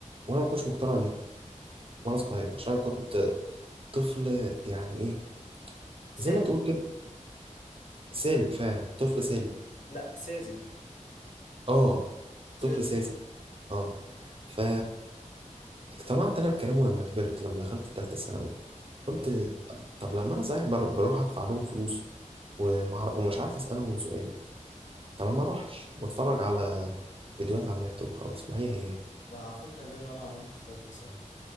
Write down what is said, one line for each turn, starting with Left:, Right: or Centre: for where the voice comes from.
Right: وانا ما كنتش مقتنع بيها وانا صغير عشان أنا كنت طفل يعني ايه
Left: ساذج
Right: زي ما تقول كده سالب فعلا طفل سالب
Left: لا ساذج
Right: اه
Left: ساذج
Right: طفل ساذج
Left: شويه
Right: اه ف اقتنعت انا بكلامه لما كبرت لما دخلت تالتة ثانوي قلت
Left: اه
Right: طب لما انا صحيح بر- بروح ادفع لهم فلوس ومع- ومش عارف اسالهم سؤال تمام ما اروحش بتفرج على فيديوهات على النت وخلاص ما هي هي
Left: وعلى فكرة ده اللي أنا عملته في تالتة ثانوي